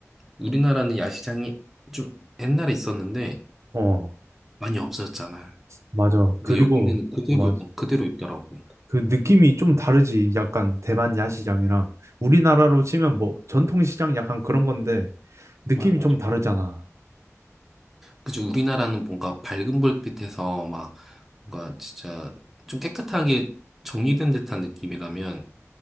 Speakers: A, in the centre; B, on the right.
A: 우리나라는 야시장이 좀 옛날에 있었는데,
B: 어,
A: 많이 없어졌잖아.
B: 맞아.
A: 근데
B: 그리고,
A: 여기는 그대로,
B: 어, 맞아.
A: 어, 그대로 있더라고.
B: 그 느낌이 좀 다르지. 약간 대만 야시장이랑 우리나라로 치면 뭐 전통시장 약간 그런 건데 느낌이
A: 맞아, 맞아.
B: 좀 다르잖아.
A: 그치, 우리나라는 뭔가 밝은 불빛에서 막 뭔가 진짜 좀 깨끗하게 정리된 듯한 느낌이라면